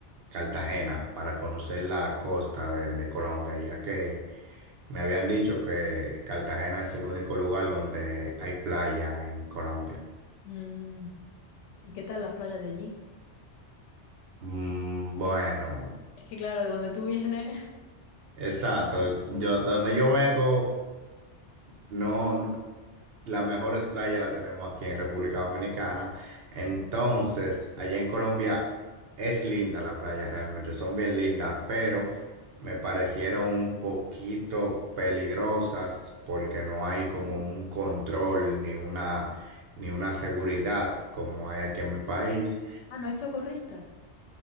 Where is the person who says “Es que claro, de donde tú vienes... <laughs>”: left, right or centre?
Left